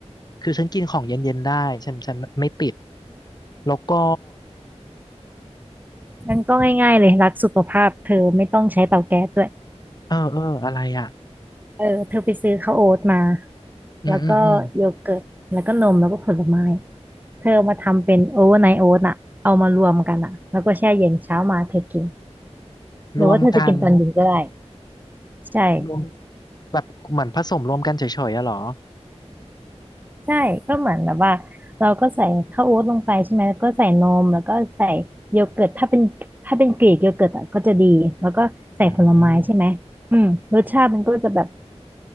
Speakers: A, on the left; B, on the right.
A: คือฉันกินของเย็นๆได้ฉันฉันไม่ติดแล้วก็
B: งั้นก็ง่ายๆเลยรักสุขภาพเธอไม่ต้องใช้เตาแก๊สด้วย
A: เออเอออะไรอ่ะ
B: เออเธอไปซื้อข้าวโอ๊ตมา
A: อืมอืมอืม
B: แล้วก็โยเกิร์ตแล้วก็นมแล้วก็ผลไม้เธอเอามาทำเป็นโอเวอร์ไนท์โอ๊ตอะเอามารวมกันอะแล้วก็แช่เย็นเช้ามาเธอกินหรือว่าเธอจะกินตอนเย็นก็ได้
A: รวมกัน
B: ใช่
A: รวมแบบเหมือนผสมรวมกันเฉยๆอะเหรอ
B: ใช่ก็เหมือนแบบว่าเราก็ใส่ข้าวโอ๊ตลงไปใช่ไหมแล้วก็ใส่นมแล้วก็ใส่โยเกิร์ตถ้าเป็นถ้าเป็นกรีกโยเกิร์ตอะก็จะดีแล้วก็ใส่ผลไม้ใช่ไหมอืมรสชาติมันก็จะแบบ
A: อืม